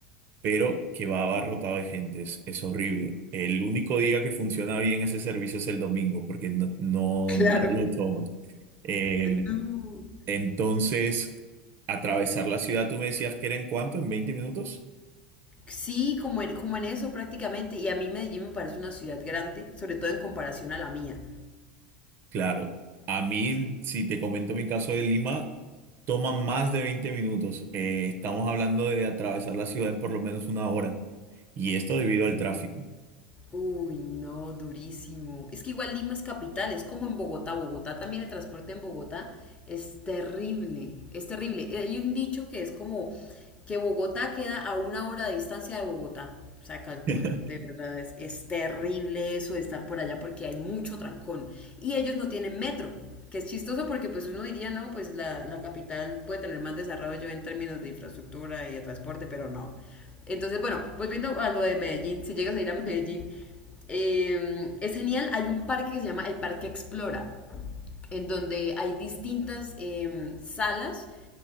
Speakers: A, on the right (about 45°); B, on the left (about 25°).
A: pero que va abarrotado de gente, es, es horrible. El único día que funciona bien ese servicio es el domingo, porque no, no
B: <laughs> claro.
A: nadie lo toma. Eh,
B: No.
A: entonces, atravesar la ciudad, tú me decías que era en cuánto, en 20 minutos.
B: Sí, como en, como en eso prácticamente. Y a mí Medellín me parece una ciudad grande, sobre todo en comparación a la mía.
A: Claro, a mí, si te comento mi caso de Lima, toma más de 20 minutos. Eh, estamos hablando de atravesar la ciudad en por lo menos una hora, y esto debido al tráfico.
B: Uy, no, durísimo. Es que igual Lima es capital, es como en Bogotá. Bogotá también el transporte en Bogotá es terrible, es terrible. Eh, Hay un dicho que es como que Bogotá queda a una hora de distancia de Bogotá. O sea, calcula,
A: <laughs>
B: de verdad es, es terrible eso de estar por allá porque hay mucho trancón. Y ellos no tienen metro, que es chistoso porque pues uno diría, no, pues la, la capital puede tener más desarrollo en términos de infraestructura y de transporte, pero no. Entonces, bueno, volviendo a lo de Medellín, si llegas a ir a Medellín, eh, es genial. Hay un parque que se llama el Parque Explora, en donde hay distintas eh, salas,